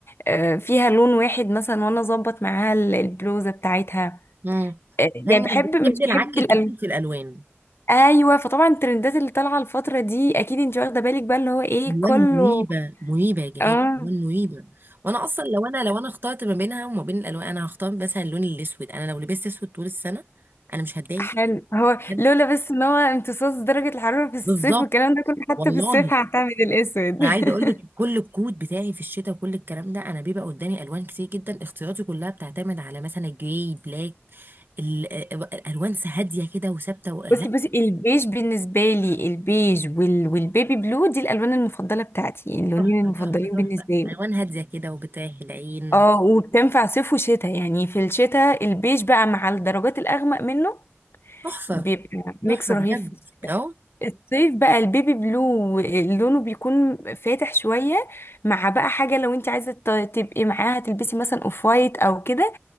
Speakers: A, on the left; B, on the right.
A: آه، فيها لون واحد مثلا وانا اظبط معاها ال- البلوزة بتاعتها
B: امم
A: آه، يعني
B: لاني
A: بحب
B: مش بتحبي
A: مش
B: العك
A: بحب
B: الكتير
A: الالوان
B: في الالوان
A: ايوه فطبعا الترندات اللي طالعه الفتره دي اكيد انت واخده بالك بقى اللي هو ايه
B: الوان
A: كله
B: مريبه مريبه يا جهاد
A: اه
B: الوان مريبه وانا اصلا لو انا لو انا اخترت ما بينها وما بين الالوان انا هختار مثلا اللون الاسود انا لو لبست اسود طول السنه انا مش هتضايق
A: حلو هو
B: بجد.
A: لولا بس ان هو امتصاص درجه الحراره في الصيف
B: بالظبط
A: والكلام ده كله حتى
B: والله
A: في الصيف هعتمد الاسود
B: انا
A: <laughs>
B: عايزه اقول لك كل الكود بتاعي في الشتاء وكل الكلام ده انا بيبقى قدامي الوان كتير جدا اختياراتي كلها بتعتمد على مثلا جراي بلاك ال- الالوان هاديه كده وثابته و- لا
A: بصي بصي البيج بالنسبه لي البيج وال... والبيبي بلو دي الالوان المفضله بتاعتي يعني اللونين
B: تحفه
A: المفضلين
B: تحفه تحفه
A: بالنسبه
B: تحفه
A: لي
B: الوان هاديه كده وبتريح العين
A: اه وبتنفع صيف وشتاء يعني في الشتاء البيج بقى مع الدرجات الاغمق منه
B: تحفه
A: بيبقى ميكس
B: تحفه
A: رهيب
B: بجد
A: في الشتاء
B: اهو
A: الصيف بقى البيبي بلو لونه بيكون فاتح شوية مع بقى حاجة لو انت عايزة ت- تبقي معاها تلبسي مثلا اوف وايت او كده